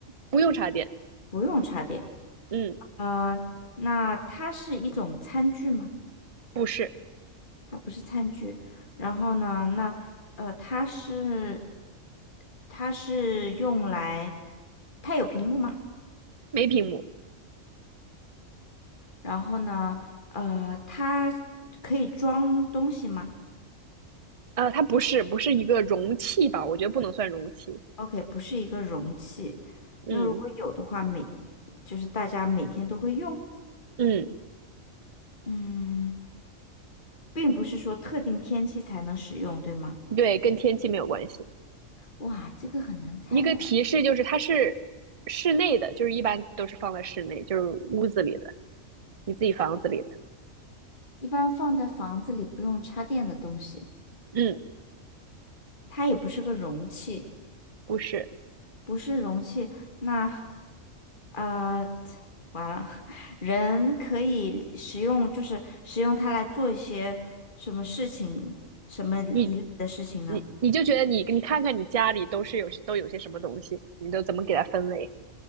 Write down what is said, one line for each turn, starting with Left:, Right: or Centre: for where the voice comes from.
Right: 不用插电，
Left: 不用插电。
Right: 嗯，
Left: 呃，那它是一种餐具吗？
Right: 不是，
Left: 它不是餐具。然后呢，那呃，它是它是用来，它有屏幕吗？
Right: 没屏幕，
Left: 然后呢，呃，它可以装东西吗
Right: 啊，它不是，不是一个容器吧？我觉得不能算容器。
Left: ？OK，不是一个容器。
Right: 嗯
Left: 那如果有的话，每就是大家每天都会用。
Right: 嗯，
Left: 嗯，并不是说特定天气才能使用，对吗？
Right: 对，跟天气没有关系。
Left: 哇，这个很难猜呢。
Right: 一个提示就是它是室内的，就是一般都是放在室内，就是屋子里的，你自己房子里的。
Left: 一般放在房子里不用插电的东西，
Right: 嗯，
Left: 它也不是个容器，
Right: 不是。
Left: 不是容器，那啊、呃完了，<laughs> 人可以使用，就是使用它来做一些什么事情，什么一类的事情呢？
Right: 你你你就觉得你你看看你家里都是有都有些什么东西，你都怎么给它分类？